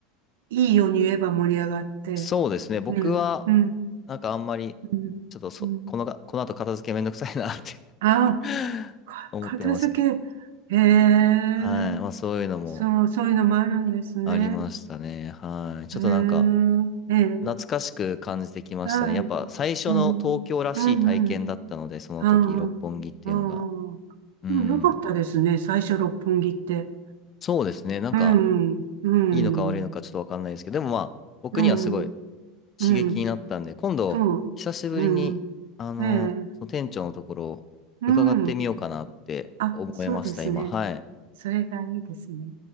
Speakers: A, on the right (about 65°); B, on the left (about 35°).
A: いいように言えば盛り上がって。
B: そうですね、僕は、
A: うん、うん、
B: なんかあんまり、
A: うん、
B: ちょっとそ、
A: うん。
B: このが、この後片付けめんどくさいなって
A: ああ、
B: <laughs>
A: か片付け。
B: 思ってましたけど。
A: へえ、
B: はい。まあそういうのも
A: そう、そういうのもあるんですね。
B: ありましたね。はい。ちょっとなんか、
A: へえ、ええ、
B: 懐かしく感じてきましたね。
A: はい。
B: やっぱ最初の東京らしい体験だったので、
A: うん、うん、うん。
B: その時、
A: ああ、
B: 六本木っていうのが。
A: ああ。
B: うん。
A: でもよかったですね、最初六本木って。
B: そうですね。なんか、
A: うん、うん、
B: いいのか悪いのかちょっとわかんないですけど、でもまあ、僕にはすごい
A: うん。
B: 刺激になったんで、
A: うん。
B: 今度、
A: そう。
B: 久しぶりに、
A: うん。
B: あの、
A: ええ。
B: その店長のところ、
A: うん。
B: 伺ってみようかなって思いました、
A: あ、そうですね。
B: 今。はい。
A: それがいいですね。